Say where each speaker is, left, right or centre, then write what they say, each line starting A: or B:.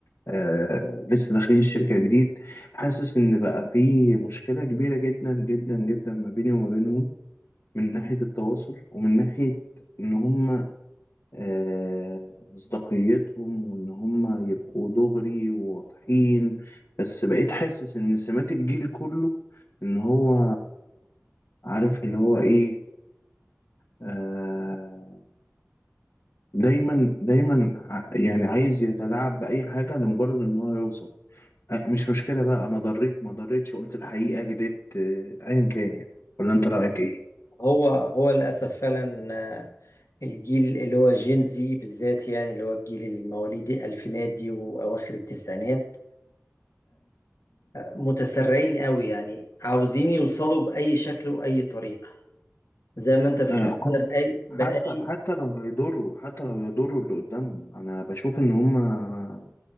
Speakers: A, on the left (about 55°); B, on the left (about 70°).
A: آه لسه داخلين الشركة جديد حاسس إن بقى في مشكلة كبيرة جدا جدا جدا ما بيني وما بينهم من ناحية التواصل ومن ناحية إن هما آه مصداقيتهم وإن هما يبقوا دغري وواضحين بس بقيت حاسس إن سمات الجيل كله إن هو عارف اللي هو إيه آه، دايما دايما ع- يعني عايز يتلاعب بأي حاجة لمجرد إن هو يوصل آه، مش مشكلة بقى أنا ضريت ما ضريتش قلت الحقيقة كدبت آه، أيا كان يعني ولا أنت رأيك إيه؟
B: هو هو للاسف فعلا آه، الجيل اللي هو جين زي بالذات يعني اللي هو الجيل المواليد الالفينات دي واواخر التسعينات متسرعين قوي يعني عاوزين يوصلوا بأي شكل وأي طريقة زي ما انت بتقول
A: آه، حت-
B: كده بأي بأي
A: حتى حتى لو هيضروا حتى لو يضروا اللي قدامهم أنا بشوف إن هما